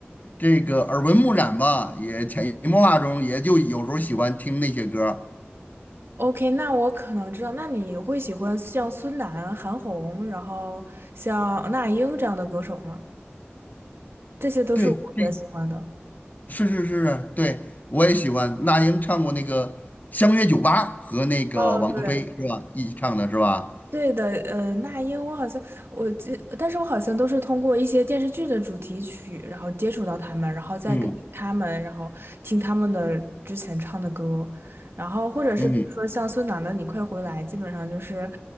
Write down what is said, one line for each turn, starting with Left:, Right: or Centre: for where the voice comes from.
Left: 这个耳闻目染吧，也潜移默化中也就有时候喜欢听那些歌儿。
Right: ，OK，那我可能知道，那你会喜欢像孙楠、韩红，然后像那英这样的歌手吗？这些都是我比较喜欢的。
Left: 对，这是是是，对，我也喜欢。那英唱过那个《相约九八》和那个王菲是吧？
Right: 哦，对，
Left: 一起唱的是吧？
Right: 对的，呃，那英我好像我记，但是我好像都是通过一些电视剧的主题曲，然后接触到他们，然后再根据他们，
Left: 嗯
Right: 然后听他们的之前唱的歌，然后或者是比如说像孙楠的《你快回来》，
Left: 嗯。
Right: 基本上就是，